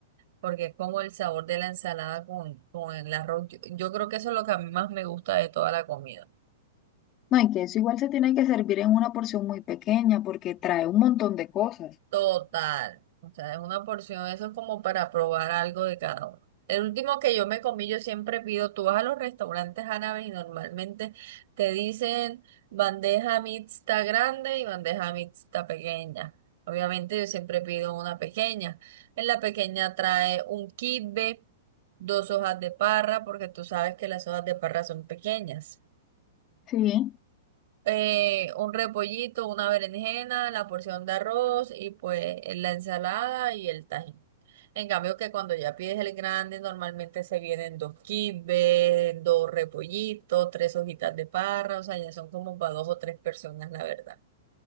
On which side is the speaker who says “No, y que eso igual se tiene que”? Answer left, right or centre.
Left